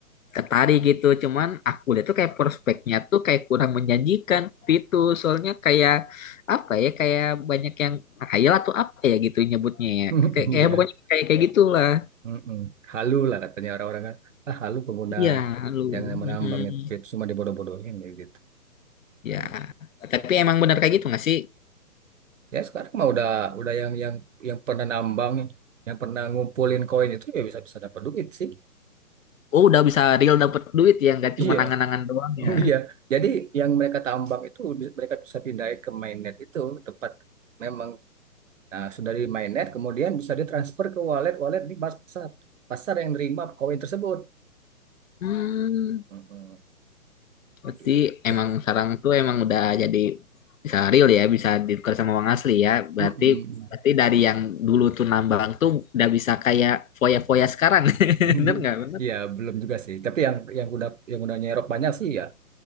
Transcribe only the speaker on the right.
<laughs>
Iya,
Mm-mm. Halu lah katanya orang-orang kan. Ah, halu pengguna
yang menambang
itu itu cuma dibodoh-bodohin kayak gitu.
Mm.
Ya sekarang mah udah udah yang yang yang pernah nambang, yang pernah ngumpulin koin itu ya bisa-bisa dapat duit sih.
Iya,
<laughs>
iya. Jadi yang mereka tambang itu bi- mereka bisa pindahin ke mainnet itu tempat memang nah, sudah di mainnet kemudian bisa ditransfer ke wallet-wallet di pasar pasar yang nerima koin tersebut.
Mm-mm. Kayak
gitu.
Mm-mm.
<laughs>
Ya belum juga sih. Tapi yang yang udah yang udah nyerok banyak sih ya,